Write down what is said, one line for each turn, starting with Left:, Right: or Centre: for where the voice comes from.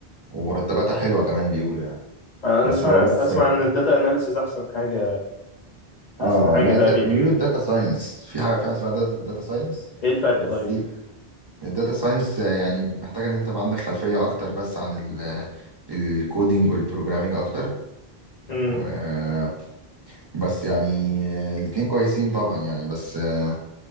Right: ومرتباتها حلوة كمان بيقولوا يعني
Left: انا
Right: بس
Left: اسمع
Right: هو بس
Left: اسمع ان الداتا اناليسيز احسن حاجة احسن
Right: اه
Left: حاجة
Right: لا
Left: تقريبا
Right: ده بيقولوا الداتا ساينس في حاجه في حاجه اسمها داتا ساينس
Left: ايه الفرق
Right: بس
Left: طيب؟
Right: دي الداتا ساينس يعني محتاجه ان انت يبقى عندك خلفيه اكتر بس عن ال الكودينج والبروجرامينج اكتر
Left: امم
Right: و- بس يعني آه، الاتنين كويسين طبعا يعني بس آه،